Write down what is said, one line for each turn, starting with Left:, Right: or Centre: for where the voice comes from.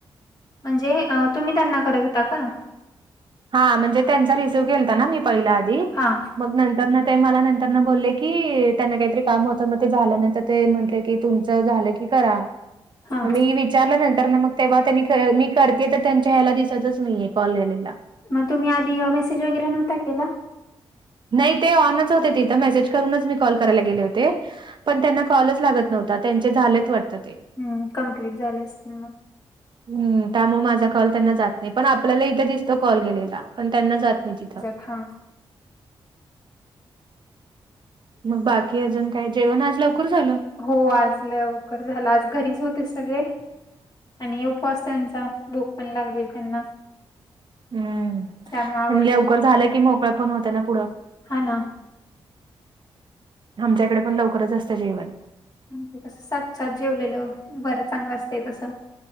Left: म्हणजे अ तुम्ही त्यांना करत होता का?
Right: हां म्हणजे त्यांचा रिसीव केलता ना मी पहिलां आधी,
Left: हा
Right: मग नंतरन ते मला नंतरन बोलले की त्यांना काहीतरी काम होतं, म ते झाल्यानंतर ते म्हटले की तुमचं झालं - करा
Left: हा हा
Right: म मी वि चारल्या नंतर न मग तेव्हा त्यांनी क मी करतेय, तर त्यांच्या ह्याला दिसतच नाहीये, कॉल येलेला.
Left: म तुम्ही आधी मेसेज वगैरे नव्हता केला?
Right: नाही ते ऑनच होते तिथं, मेसेज करूनच मी कॉल करायला गेले होते. पण त्यांना कॉलच लागत नव्हता, त्यांचे झालेच वाटतं ते.
Left: हूं कंप्लीट झाले असतील म.
Right: हूं त्यामुळे माझा कॉल त्यांना जात नाही, पण आपल्याला इथं दिसतं कॉल गेलेला, पण त्यांना जात नाही तिथं.
Left: हां!
Right: म बाकी अजून काय, जेवण आज लवकर झालं?
Left: हो आज लवकर झालं, आज घरीच होते सगळे. आणि हे उपवास त्यांचा, भूक पण लागलेली त्यांना.
Right: हूं
Left: त्यामुळे आवरले
Right: आणि लेवकर झालं की मोकळं पण होतं ना पुढं.
Left: हा ना
Right: आमच्याकडे पण लवकरच असतं जेवण.
Left: आणि ते कस सात सात जेवलेलं, बरं चांगला असतेय तसं.